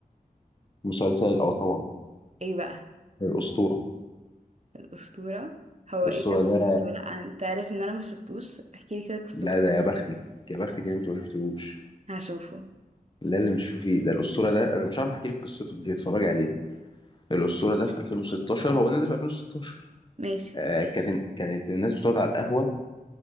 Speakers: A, on the left (about 30°); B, on the right (about 50°).
A: مسلسل اه طبعا
B: ايه بقى
A: الاسطوره
B: الأسطورة هو
A: الاسطوره
B: ايه كانت
A: ده
B: قصته لا انت عارف ان انا ما شفتوش احكيلي كده قصته
A: لا ده يا بختك يا بختك ان انت ما شفتيهوش
B: هشوفه
A: لازم تشوفيه ده الاسطوره ده انا مش عارف احكي لك قصته انت تتفرجي عليه الاسطوره ده في 2016 هو نزل في 2016
B: ماشي
A: آه كانت كانت الناس بتقعد على القهوه